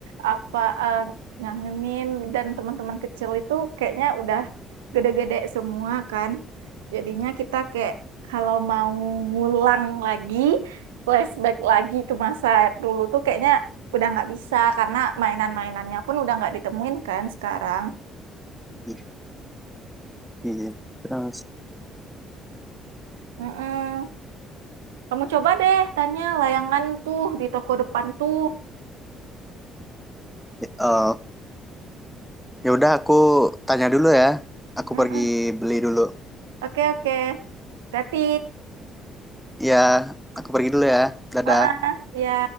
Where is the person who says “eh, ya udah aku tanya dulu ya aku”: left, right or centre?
Centre